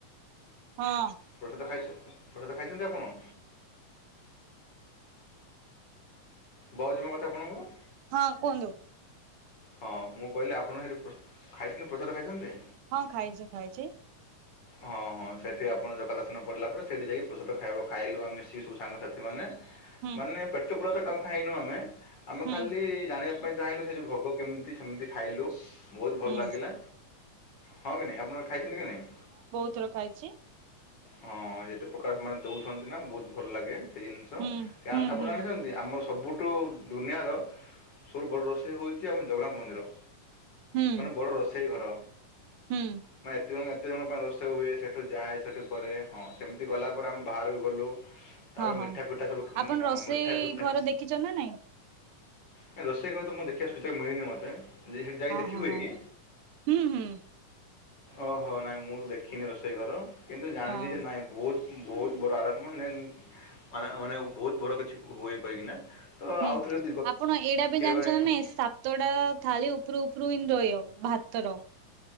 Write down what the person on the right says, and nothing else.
ହଁ
ହଁ କୁହନ୍ତୁ!
ହଁ ଖାଇଛି ଖାଇଛି।
ହୁଁ
ହୁଁ
ହୁଁ
ପତର ଖାଇଛି।
ହୁଁ ହୁଁ
ହୁଁ
ହୁଁ
ହୁଁ
ହଁ ହଁ
ଆପଣ ରୋଷେଇ
ଘର ଦେଖିଛନ୍ତି ନା ନାଇଁ
ହଁ
ହଁ
ହଁ
ହୁଁ ହୁଁ
ହଁ
ହୁଁ ଆପଣ ଏଇଟା ବି ଜାଣିଛ
ନା ନାଇଁ ସାତ ଟା ଥାଳି ଉପରୁ ଉପରୁ ହିଁ ରହିବ ଭାତର